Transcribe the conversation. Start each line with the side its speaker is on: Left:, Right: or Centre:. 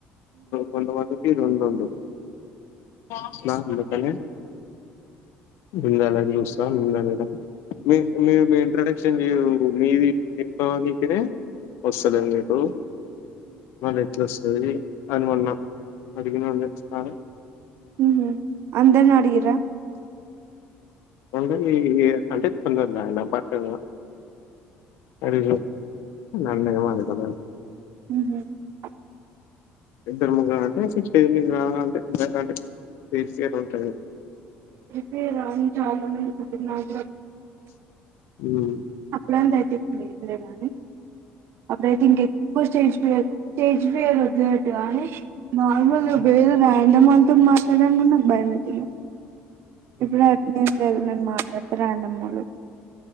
Left: కొంత కొంది ఇరుండ ఉందుకనే బింద అ మేడం మీ మీ మీ ఇంట మీది దీనికినే వస్తుందిండి మీకు మళ్ళ ఎట్లా వస్తుంది అని మళ పడుకన్నంట స్న
Right: ఉ అందరి నా అడిగిరా
Left: ఉండయి అంటే పంతద ఎద పాటు అడి అన్నయమాదదా
Right: హ
Left: ఇద్దరుము కా అంటే చేమి కా అంటే అంటే తీ తంట
Right: ఫ రాని చాల మంది నాగ
Left: హమ్
Right: అప్పుడుంత అయితేంది నీ అప్పుడథంకంజ స్టేజ్ ఫిర్టు నార్మల్ గా బేరమ ఎమని వాళ్ల్తో మాట్లాడానికి కూడా నాకు భయమతుంద. ఇప్పుడు ఎట్ లేదు నన్నను మాట్లాడు తోరాండ్ అమ్మెలుకు